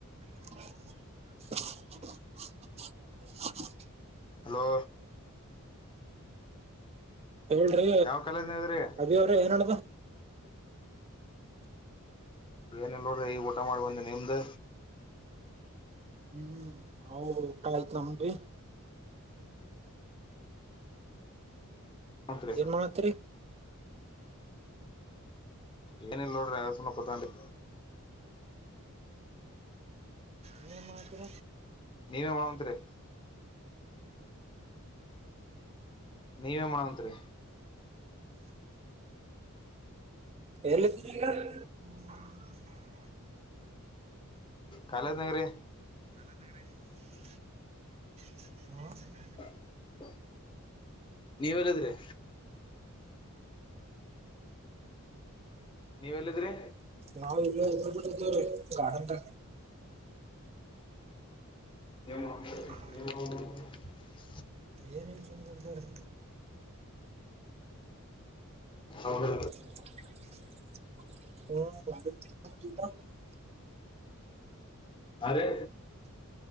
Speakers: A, on the right (about 30°); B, on the left (about 20°).
A: <inaudible>
B: ಹಲೋ
A: ಹೇಳ್ರಿ
B: ಯಾವ ಕಾಲೇಜ್ನದ್ರಿ
A: ಅದಿ ಅವ್ರಿ ಏನ್ಡ್ದ.
B: ಏನ ಇಲ್ ನೋಡ್ರಿ ಈಗ ಊಟ ಮಾಡಿ ಬಂದಿ ನಿಮ್ದ್.
A: ಹ್ಮ್ ನಾವು ಊಟ ಆಯ್ತು ನಮರಿ.
B: ತ್ರಿ
A: ಏನ್ ಮಾಡ ಹತ್ತಿರಿ.
B: ಏನ ಇಲ್ಲ ನೋಡ್ರಿ ಅಂಗೆ ಸುಮ್ನೆ ಕೊತ್ತಂಡ್ರಿ.
A: ನೀ ಮಾತ್ರ
B: ನೀವೇ ಮಾಡೋ ಅಂತ್ರಿ ನೀವೇ ಮಾಡಂತ್ರಿ.
A: ಎಲ್ಲಿ <unintelligible> <inaudible>
B: ಕಾಲದನಾಗ್ರಿ
A: <inaudible> ಹ
B: <inaudible> ನೀವಲ್ಲಿದ್ರಿ. ನೀವೆಲ್ಲಿದ್ರಿ.
A: ನಾವು ಇದ್ದೇವ್ರೀ ಗಾರ್ಡ್ನಾಗ.
B: ನಿಮ್ಮ
A: ಹ
B: <inaudible>
A: ಏನೇನು ಸಮ್ ಕುಂತಾರೆ.
B: ಅವರು
A: ಹ್ಮ್ <unintelligible> <inaudible>
B: ಅರೆ